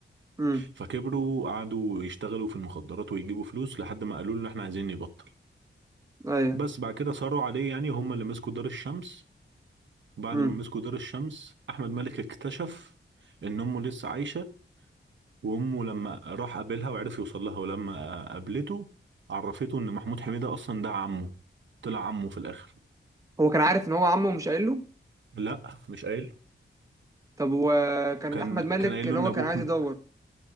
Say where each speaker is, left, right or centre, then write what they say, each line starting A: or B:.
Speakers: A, on the right (about 15°); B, on the right (about 70°).
A: أمم
B: فكبروا قعدوا يشتغلوا في المخدرات ويجيبوا فلوس لحد ما قالوا له ان احنا عايزين نبطل
A: أيوه
B: بس بعد كده صاروا عليه يعني هم اللي مسكوا دار الشمس بعد
A: أمم
B: ما مسكوا دار الشمس احمد مالك اكتشف ان امه لسه عايشه وامه لما راح قابلها وعرف يوصل لها ولما قابلته عرفته ان محمود حميدة اصلا ده عمه طلع عمه في الاخر
A: هو كان عارف إن هو عمه مش قايل له
B: لا مش قايل له.
A: طب وكان
B: كان
A: أحمد مالك
B: كان قايل
A: اللي
B: له ان
A: هو
B: ابوك
A: كان عايز
B: م-
A: يدور